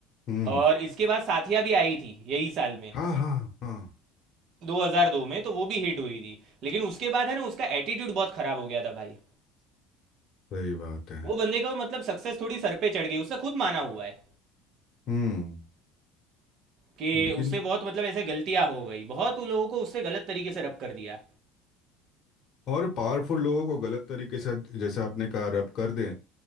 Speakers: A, on the left; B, on the right.
A: हम्म
B: और इसके बाद साथिया भी आई थी यही साल में
A: हाँ हाँ हाँ
B: 2002 में तो वो भी हिट हुई थी लेकिन उसके बाद है ना उसका एटीट्यूड बहुत खराब हो गया था भाई
A: सही बात है
B: वो बंदे का मतलब सक्सेस थोड़ी सर पे चढ़ गई उसने खुद माना हुआ है
A: हम्म
B: कि
A: लेकिन
B: उससे बहुत मतलब ऐसे गलतियां हो गई बहुत उन लोगों को उससे गलत तरीके से रब कर दिया
A: और पावरफुल लोगों को गलत तरीके से जैसे आपने कहा रब कर दें